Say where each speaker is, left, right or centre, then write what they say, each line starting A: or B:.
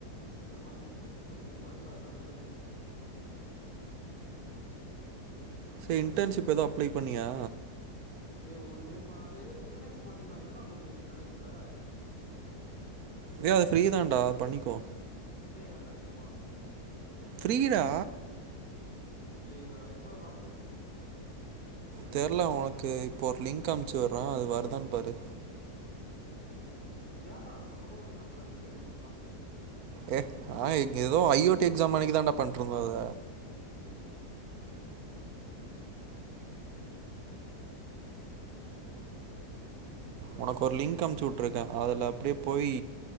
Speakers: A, on the right (about 25°); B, on the right (about 70°).
A: ஒண்ணு பண்ணல ஒண்ணுமே பண்ணல அதா பிரச்சன
B: சேர் இன்டர்ன்ஷிப் எது அப்ளை பண்ணியா
A: ஏ ஒண்ணுமே பண்ணலடா டே எதோ திறனக்ஸ் பண்ணீங்ளா என்னடா பண்ணீங்க திறனக்ஸ்ல
B: டே அது ஃப்ரீ தான்டா பண்ணிக்கோ
A: ப்ளேகா கெடச்சிருமா
B: ஃப்ரீ டா
A: ம் சேர்ரா எப்ப லாஸ்ட் டேட்டு
B: தெர்ல ஒனக்கு இப்போ ஒரு லிங்க் அம்ச்சு உர்றே அது வருதான் பாரு
A: ம் ஹும் இது யார்ரா அனுப்புனா சொல்ல மாட்டிங்ளா மொதல்லயே திறனக்ஸ் எல்லா
B: ஏ ஆ எங் எதோ ஐ ஓ டி எக்ஸாம் அன்னிக்கு தான்டா பண்ட்ருந்தோ அத
A: ம் ம்
B: ஒனக்கு ஒரு லிங்க் அம்ச்சு வுட்ருக்கே அதுல அப்டியே போயி